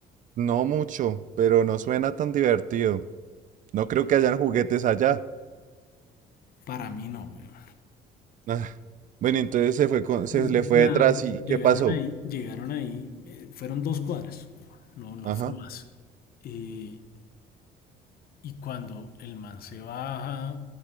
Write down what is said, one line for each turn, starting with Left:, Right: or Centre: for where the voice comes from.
Right: No mucho, pero no suena tan divertido. No creo que hayan juguetes allá.
Left: Para mí no, weón.
Right: Ah, Bueno, entonces se fue con- se
Left: Entonces,
Right: le fue
Left: nada,
Right: detrás y
Left: llegaron
Right: ¿qué pasó?
Left: ahí, llegaron ahí, eh, fueron dos cuadras, no, no
Right: Ajá.
Left: fue más. Eh, y cuando el man se baja,